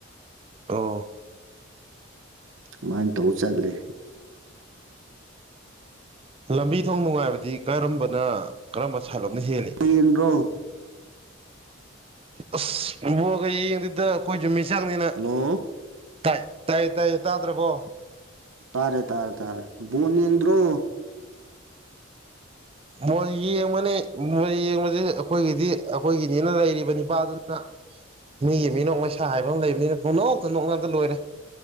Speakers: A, on the right; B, on the right.
A: ꯑ
B: ꯑꯗꯨꯃꯥꯏꯅ ꯇꯧ ꯆꯠꯂꯦ
A: ꯂꯝꯕꯤ ꯊꯣꯡ ꯅꯨꯡꯉꯥꯏꯕꯗꯤ ꯀꯔꯝꯕꯅ ꯀ ꯊꯂꯣꯞꯅ ꯍꯦꯜꯜꯂꯤꯦ
B: ꯕꯣꯜ ꯌꯦꯡꯗ꯭ꯔꯣ
A: ꯑꯁ ꯏꯕꯣꯒ ꯌꯦꯡꯗꯤꯗ ꯑꯩꯈꯣꯏꯁꯨꯨꯝ ꯃꯤꯆꯪꯅꯤꯅ
B: ꯍꯜꯂꯣ
A: ꯇꯥꯏ ꯇꯥꯏ ꯇꯥꯏꯌꯦ ꯇꯥꯗ꯭ꯔꯕꯣ
B: ꯇꯥꯔꯦ ꯇꯥꯔꯦ ꯇꯥꯔꯦ ꯕꯣꯟ ꯌꯦꯡꯗ꯭ꯔꯣ
A: ꯃꯜ ꯌꯦꯡꯕꯅꯦ ꯃꯣꯏꯜ ꯌꯦꯡꯕꯁꯦ ꯑꯩꯈꯣꯏꯒꯤꯗꯤ ꯑꯩꯈꯣꯏꯒꯤꯅꯤꯅ ꯂꯩꯔꯤꯕ ꯅꯤꯄꯥꯗꯨꯅ ꯃꯤꯒꯤ ꯃꯤꯅꯣꯛ ꯃꯩꯁꯥ ꯍꯥꯏꯕ ꯑꯃ ꯂꯩꯕꯅꯤꯅ ꯄꯅꯣꯛꯇ ꯅꯣꯛ ꯉꯥꯛꯇ ꯂꯣꯏꯔꯦ